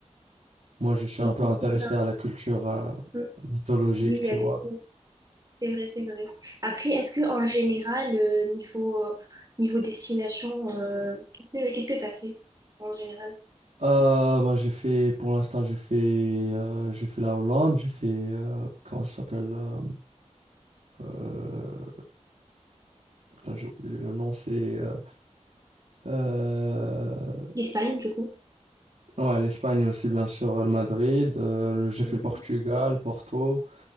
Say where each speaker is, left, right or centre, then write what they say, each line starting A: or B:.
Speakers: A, on the right; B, on the right.
A: Moi, je suis
B: oui,
A: un peu intéressé
B: c'est ça.
A: à la culture euh,
B: Mm.
A: mythologique,
B: Oui,
A: tu
B: elle
A: vois.
B: est cool. C'est vrai, c'est vrai. Après, est-ce que en général, euh, niveau, euh, niveau destination, euh, qu'est-ce que tu as fait en général?
A: Euh, ben, j'ai fait, pour l'instant, j'ai fait, euh, j'ai fait la Hollande, j'ai fait, euh, comment ça s'appelle euh, euh, putain, j'ai oublié le nom, c'est... euh, euh,
B: L'Espagne, du coup.
A: ouais, l'Espagne aussi, bien sûr, le Madrid. euh, j'ai
B: Mhm.
A: fait le Portugal, Porto.